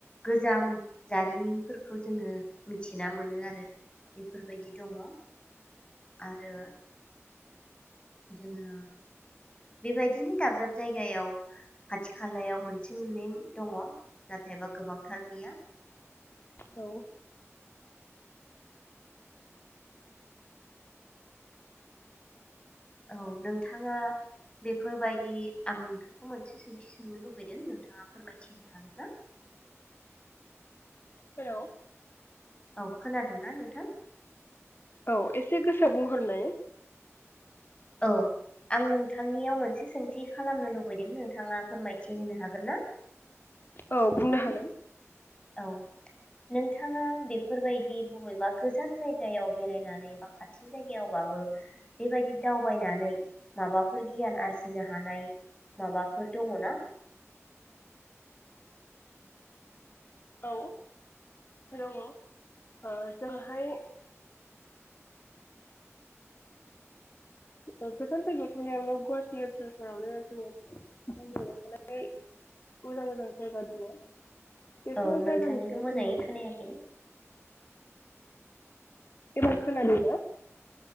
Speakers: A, on the left; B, on the left.
A: गोजाम जारिमिनफोरखौ जोङो मिनथिना मोनो आरो। बे फोरबायदि दङ'। आरो जोङो बेबायदिनो दाब दाब जायगायाव खाथि खालायाव मोनसे मोननै दङ' नाथायबा गोबांथार गैया।
B: औ
A: औ नोंथाङा बेफोरबायदि आं नोंथांखौ मोनसे सोंथि सोंनो लुबैदों। नोंथाङा फोरमायथि होनो हागोन ना?
B: हेलौ
A: औ खोनादोंना नोंथां?
B: औ एसे गोसो बुंहरनाय।
A: औ आं नोंथांनियाव मोनसे सोंथि खालामनो लुबैदों नोंथाङा फोरमायथि होनो हागोन ना?
B: औ बुंनो हागोन।
A: औ नोंथाङा बेफोरबायदि बबेबा गोजान जायगायाव बेरायनानै बा खाथि जायगायावबाबो बेबायदि दावबायनानै माबाफोर गियान आरजिनो हानाय माबाफोर दङ ना?
B: औ दङ ओ जोंहाय ओ गोजान जायगायाव थानायांनायाव गुवाहाटि ओनसोलफोरावनो जोङो बुंनो हानाय मोजां मोजां जायगा दङ। बेफोर
A: औ नोंथांनिखौ
B: जायगानि सायाव
A: मोजाङै
B: जों
A: खोनायाखै।
B: एबार खोनादों ना?